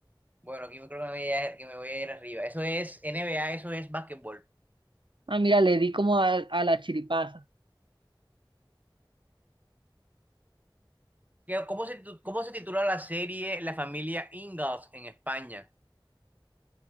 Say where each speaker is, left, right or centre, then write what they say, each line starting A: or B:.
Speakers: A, on the right; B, on the right.
A: Bueno, aquí creo que me voy a, que me voy a ir arriba. Eso es NBA, eso es básquetbol.
B: Ah, mira, le di como a, a la chiripaza.
A: ¿Qué- ¿Cómo se, titu- cómo se titula la serie La familia Ingalls en España?